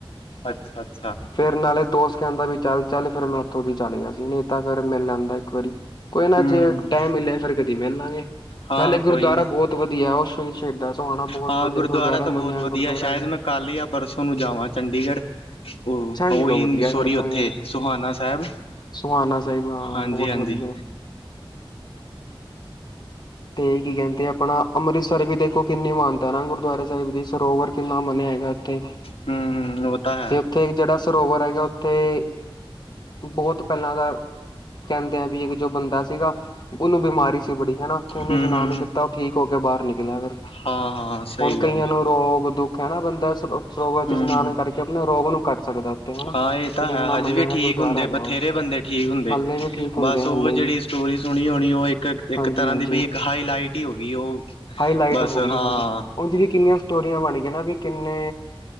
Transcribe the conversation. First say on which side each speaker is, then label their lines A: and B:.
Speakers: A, on the left; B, on the left.
A: ਅੱਛਾ ਅੱਛਾ
B: ਫੇਰ ਨਾਲੇ, ਦੋਸਤ ਕਹਿੰਦਾ ਵਿੱ ਚੱਲ- ਚੱਲ, ਫੇਰ ਮੈਂ ਉੱਥੋਂ ਵੀ, ਚੱਲ ਗਿਆ ਸੀ। ਨਹੀਂ ਤਾਂ ਫੇਰ, ਮਿਲ ਲੈਂਦਾ ਇੱਕ ਵਾਰੀ। ਕੋਈ ਨਾ,
A: ਹੂੰ
B: ਜੇ ਟਾਈਮ ਮਿਲਿਆ। ਫੇਰ ਕਦੀ ਮਿਲ ਲਾਂਗੇ
A: ਹਾਂ
B: ਨਾਲੇ
A: ਕੋਈ
B: ਗੁਰਦੁਆਰਾ
A: ਨੀ,
B: ਬਹੁਤ ਵਧੀਆ ਉਹ ਸ਼ਹੀਦ ਸ਼ਹੀਦਾਂ ਸੋਹਾਣਾ ਬਹੁਤ
A: ਹਾਂ
B: ਵਧੀਆ
A: ਗੁਰਦੁਆਰਾ, ਤਾਂ ਬਹੁਤ
B: ਮੰਨਿਆ
A: ਵਧੀਆ
B: ਗੁਰਦੁਆਰਾ
A: ਸ਼ਾਇਦ।
B: ਹੈਗਾ
A: ਮੈਂ ਕੱਲ ਜਾਂ ਪਰਸੋਂ ਨੂੰ, ਜਾਵਾਂ ਚੰਡੀਗੜ। ਉਹ
B: ਅੱਛਾ ਜੀ
A: ਉਹੀ,
B: ਲੋ ਵਧੀਆ
A: ਸੋਰੀ
B: ਫਿਰ
A: ਉਥੇ
B: ਤਾਂ ਯਾਰ
A: ਸੁੋਹਾਾਨਾ ਸਾਹਿਬ।
B: ਸੁਹਾਨਾ ਸਾਹਿਬ, ਹਾਂ
A: ਹਾਂਜੀ
B: ਬਹੁਤ
A: ਹਾਂਜੀ
B: ਵਧੀਆ। ਤੇ ਕੀ ਕਹਿੰਦੇ ਆਪਣਾ, ਅੰਮ੍ਰਿਤਸਰ ਵੀ, ਦੇਖੋ ਕਿੰਨੀ ਮਾਨਤਾ, ਏ ਨਾ ਗੁਰਦੁਆਰੇ। ਸਾਹਿਬ, ਦੀ ਸਰੋਵਰ ਕਿੰਨਾ, ਮੰਨਿਆ ਹੈਗਾ ਇੱਥੇ।
A: ਹੂੰ, ਹੂੰ ਓਹ, ਤਾਂ ਹੈ।
B: ਉੱਥੇ ਜਿਹੜਾ, ਸਰੋਵਰ ਹੈਗਾ। ਉੱਥੇ। ਬਹੁਤ ਪਹਿਲਾਂ ਦਾ, ਕਹਿੰਦੇ ਆ ਵੀ, ਇੱਕ ਜੋ ਬੰਦਾ ਸੀਗਾ। ਉਹਨੂੰ ਬਿਮਾਰੀ ਸੀ। ਬੜੀ ਹੈਨਾ, ਉੱਥੇ ਉਹਨੇ
A: ਹਮ
B: ਇਸ਼ਨਾਨ
A: ਹਮ
B: ਕੀਤਾ। ਉਹ ਠੀਕ ਹੋ ਕੇ, ਬਾਹਰ ਨਿਕਲਿਆ ਫੇਰ।
A: ਹਾਂ ਹਾਂ ਸਹੀ
B: ਹੁਣ
A: ਗੱਲ
B: ਕਈਆਂ ਨੂੰ, ਰੋਗ ਦੁੱਖ ਹੈ। ਬੰਦਾ ਸਰੋਵਰ ਵਿੱਚ,
A: ਹਮ
B: ਇਸ਼ਨਾਨ
A: ਹਮ
B: ਕਰਕੇ। ਆਪਣਾ ਰੋਗ ਨੂੰ ਕੱਟ ਸਕਦਾ। ਉੱਥੇ ਹਨਾ
A: ਹਾਂ, ਇਹ ਤਾਂ
B: ਡੀਨਾ
A: ਹੈ। ਹਜੇ
B: ਮੰਨਿਆ
A: ਵੀ,
B: ਹੋਇਆ
A: ਠੀਕ
B: ਗੁਰਦੁਆਰਾ
A: ਹੁੰਦੇ
B: ਹੈਗਾ
A: ਬਥੇਰੇ
B: ਵਾ
A: ਬੰਦੇ। ਠੀਕ ਹੁੰਦੇ,
B: ਹਾਲੇ ਵੀ ਠੀਕ
A: ਬਸ
B: ਹੁੰਦੇ ਆ
A: ਉਹ
B: ਹਾਲੇ
A: ਜਿਹੜੀ।
B: ਵੀ
A: ਜੋੜੀ ਸੁਣੀ ਹੋਣੀ, ਉਹ ਇੱਕ, ਇੱਕ
B: ਹਾਂਜੀ
A: ਤਰਾਂ
B: ਹਾਂਜੀ
A: ਦੀ ਬਈ, ਇੱਕ ਹਾਈ ਲਈਟ ਹੀ ਹੋ ਗਈ ਉਹ।
B: ਹਾਈਲਾਈਟ
A: ਬਸ
B: ਹੋ ਗਈ
A: ਹਾਂ।
B: ਹਾਂਜੀ ਉਹਦੀ ਵੀ ਕਿੰਨੀਆਂ, ਸਟੋਰੀਆਂ ਬਣ ਗਈਆਂ ਨਾ ਵੀ ਕਿੰਨੇ।